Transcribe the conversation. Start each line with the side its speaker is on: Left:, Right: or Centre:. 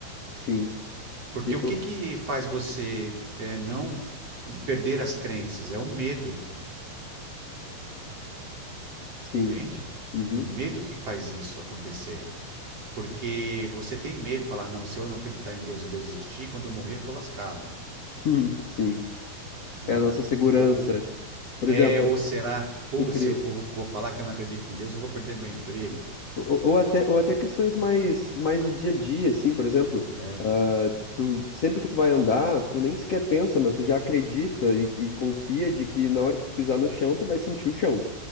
Left: sim,
Right: Porque
Left: eu,
Right: o que que faz você eh, não perder as crenças? É o medo,
Left: sim,
Right: entende?
Left: uhum,
Right: O medo que faz isso acontecer. Porque você tem medo, falar, não, se eu não acreditar em Deus e Deus existir, quando eu morrer eu tô lascado,
Left: <laughs> sim.
Right: né?
Left: É a nossa segurança.
Right: Ou
Left: Por
Right: é,
Left: exemplo,
Right: ou será, pô,
Left: tu crê,
Right: se eu vou, vou falar que eu não acredito em Deus, eu vou perder meu emprego.
Left: Ou, ou até, ou até questões mais, mais do dia a dia, assim, por exemplo,
Right: É,
Left: ah, tu, sempre que tu vai andar, tu nem sequer pensa, mas tu já acredita e, e confia de que na hora que tu pisar no chão, tu vai sentir o chão.